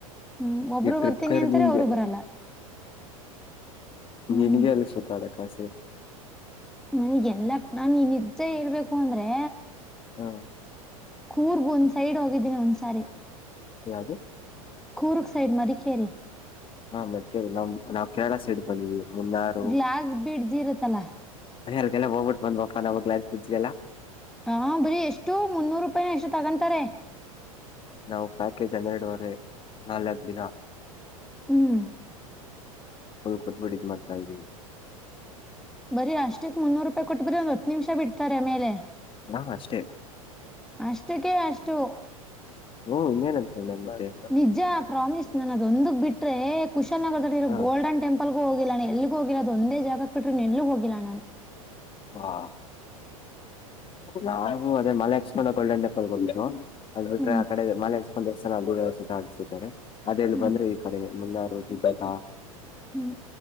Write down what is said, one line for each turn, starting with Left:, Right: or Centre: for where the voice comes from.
Centre: ಹ್ಮ್ ಒಬ್ರು
Left: ಈ ಟ್ರಿಪ್
Centre: ಬರ್ತೀನಿ
Left: ಕರ್ಯದ್
Centre: ಅಂತಾರೆ
Left: ನಿಂಗೆ.
Centre: ಅವರು ಬರಲ್ಲ ಹ್ಮ್
Left: ನಿನ್ಗೆ ಅಲ್ಲಿ ಸುತ್ತಾಡಕ್ ಆಸೆ.
Centre: ನನ್ಗೆಲ್ಲ ನಾನ್ ಇ ನಿಜ್ಜ ಹೇಳ್ಬೇಕು ಅಂದ್ರೆ
Left: ಹಾ
Centre: ಕೂರ್ಗ ಒಂದ್ ಸೈಡ್ ಹೋಗಿದ್ದೀನಿ ಒಂದ್ಸಾರಿ
Left: ಯಾವದು?
Centre: ಕೂರ್ಗ್ ಸೈಡ್ ಮಡಿಕೇರಿ.
Left: ಹಾ ಮಡಿಕೇರಿ ನಮ್ಮ ನಾವ್ ಕೇರಳ ಸೈಡ್ ಬಂದಿದೀವಿ ಮುನ್ನಾರು
Centre: ಗ್ಲಾಸ್ ಬಿಡ್ಜ್ ಇರುತ್ತಲ್ಲ
Left: ಏ ಅಲ್ಲೀಗೆಲ್ಲ ಹೋಗ್ಬಿಟ್ ಬಂದ್ವಪ್ಪಾ ನಾವ್ <unintelligible>
Centre: ಹ ಹ ಬರೀ ಎಷ್ಟು ಮುನ್ನೂರು ರೂಪಾಯಿ ಏನ ಎಷ್ಟು ತಗೊಂತಾರೆ.
Left: ನಾವು ಪ್ಯಾಕೇಜ್ ಹನ್ನೆರಡು ವರೆ ನಾಲ್ಕ ದಿನ.
Centre: ಹ್ಮ್
Left: ಅದು ಕೊಟ್ಬಿಟ ಇದ ಮಾಡ್ತಾ ಇದೀವಿ.
Centre: ಬರೀ ಅಷ್ಟಕ್ ಮುನ್ನೂರು ರೂಪಾಯಿ ಕೊಟ್ಟ ಬಿಟ್ರೆ ಒಂದ್ ಹತ್ ನಿಮಿಷ ಬಿಡ್ತಾರೆ ಮೇಲೆ.
Left: ಹಾ ಅಷ್ಟೇ.
Centre: ಅಷ್ಟಕ್ಕೆ ಅಷ್ಟು.
Left: ಹ್ಮ್ ಇನ್ನೇನ್ ಅನ್ಕೊಂಡೆ ಬಾರಿ
Centre: ನಿಜ ಪ್ರಾಮಿಸ್ ನಾನು ಅದೊಂದಕ್ ಬಿಟ್ರೆ ಕುಶಲ್ ನಗರದಲ್ಲಿ ಇರೋ
Left: ಹ
Centre: ಗೋಲ್ಡನ್ ಟೆಂಪಲ್ ಹೋಗಿಲ್ಲ ನಾ ಎಲ್ಲಿಗೂ ಹೋಗಿಲ್ಲ ಅದ ಒಂದೇ ಜಾಗಕ್ ಬಿಟ್ರೆ ಇನ್ನ್ ಎಲ್ಲೂ ಹೋಗಿಲ್ಲ ನಾನ್.
Left: ವ್ಹಾ ನಾನೂ ಹ್ಮ್ ಅದೇ ಮಾಲಿ ಆಕ್ಸ್ಕಣಕ್ಕ ಗೋಲ್ಡನ್ ಟೆಂಪಲ್ಗ ಹೋಗಿದ್ದೋವ್ ಅದ ಬಿಟ್ರೆ
Centre: ಹ್ಮ್
Left: ಆಕಡೆ ಮಾಲಿ ಒಂದ ಯಾಡ್ ಸಲಾ ಗೋಡೆಯಲ್ಲಾ ಸುತ್ತಾಡ್ಸಿದಾರೆ ಅದೆಲ್ಲಿ
Centre: ಹ್ಮ್
Left: ಬಂದ್ರೆ ಈ ಕಡೆ ಮುನ್ನಾರು <unintelligible>
Centre: ಹ್ಮ್